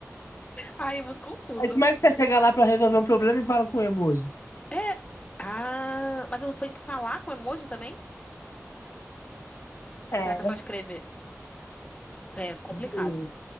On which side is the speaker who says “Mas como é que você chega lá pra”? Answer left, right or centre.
Left